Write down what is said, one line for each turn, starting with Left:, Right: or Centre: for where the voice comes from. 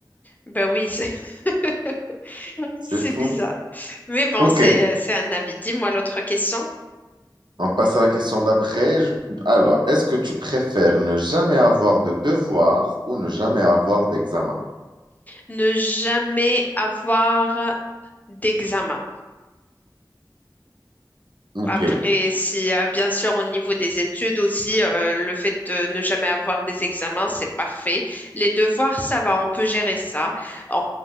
Left: Ben oui, c'est <laughs>
Right: C'est
Left: c'est
Right: fou.
Left: bizarre. Mais bon,
Right: Ok,
Left: c'est c'est un avis. Dis-moi l'autre question.
Right: on passe à la question d'après. Je- Alors, est-ce que tu préfères ne jamais avoir de devoirs ou ne jamais avoir d'examen?
Left: Ne jamais avoir d'examen.
Right: Ok.
Left: Après, si euh, bien sûr au niveau des études aussi, euh, le fait de ne jamais avoir des examens, c'est parfait. Les devoirs, ça va, on peut gérer ça. On,